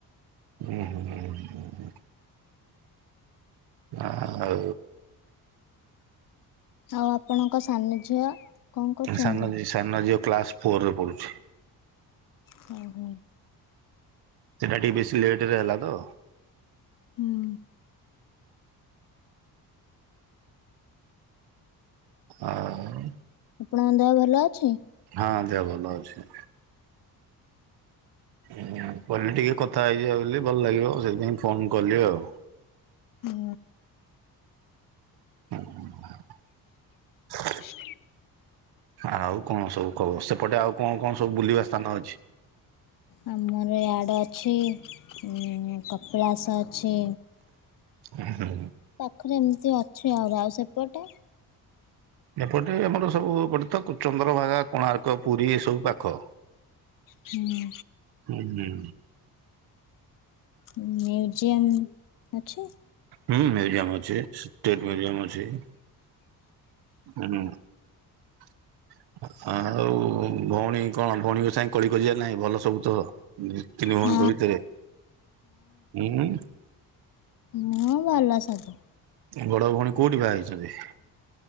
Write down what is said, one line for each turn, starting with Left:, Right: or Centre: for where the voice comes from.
Right: ହୁଁ ହୁଁ ହୁଁ। ଆଉ
Left: ଆଉ ଆପଣଙ୍କ ସାନ ଝିଅ। କଣ କରୁଛନ୍ତି?
Right: ସାନ ଝିଅ ସାନ ଝିଅ କ୍ଲାସ ଫୋରରେ ପଢୁଛି।
Left: ହୁଁ ହୁଁ।
Right: ସେଟା ଟିକେ ବେଶୀ ଲେଟ ରେ ହେଲା ତ।
Left: ହୁଁ।
Right: ଆଉ।
Left: ଆପଣଙ୍କ ଦେହ ଭଲ ଅଛି।
Right: ହଁ ଦେହ ଭଲ ଅଛି। ଉଁ କହିଲି ଟିକେ କଥା ହେଇଯିବା ବୋଲି ଭଲ ଲାଗିବ ସେଇଥିପାଇଁ ଫୋନ କଲି ଆଉ।
Left: ହୁଁ।
Right: <inaudible>
Left: <inaudible>
Right: ଆଉ କଣ ସବୁ କହ ସେପଟେ ଆଉ କଣ କଣ ସବୁ ବୁଲିବା ସ୍ଥାନ ଅଛି?
Left: ଆମର ୟାଡେ ଅଛି ଉଁ କପିଳାସ ଅଛି।
Right: ଉହୁଁ।
Left: ପାଖରେ ଏମିତି ଅଛ ଆହୁର ଆଉ ସେପଟେ?
Right: ଏପଟେ ଆମର ସବୁ ଏପଟେ ତ ଚନ୍ଦ୍ରଭାଗା କୋଣାର୍କ ପୁରୀ ଏ ସବୁ ପାଖ
Left: ହୁଁ
Right: <inaudible> ହୁଁ।
Left: ମ୍ୟୁଜିୟମ୍ ଅଛି?
Right: ହୁଁ ମ୍ୟୁଜିୟମ ଅଛି, ଷ୍ଟେଟ୍ ମ୍ୟୁଜିୟମ ଅଛି। ହୁଁ <inaudible> ଆଉ ଉ ଭଉଣୀ କଣ, ଭଉଣୀଙ୍କ ସାଙ୍ଗେ କଳିିକଜିଆ ନାହିଁ ଭଲ ସବୁ ତ ହୁଁ ତିନି ଭଉଣୀଙ୍କ
Left: ହଁ
Right: ଭିତରେ ଉଁ।
Left: ହୁଁ ଭଲ ସବୁ।
Right: ବଡ ଭଉଣୀ କୋଉଠି ବାହାହେଇଛନ୍ତି?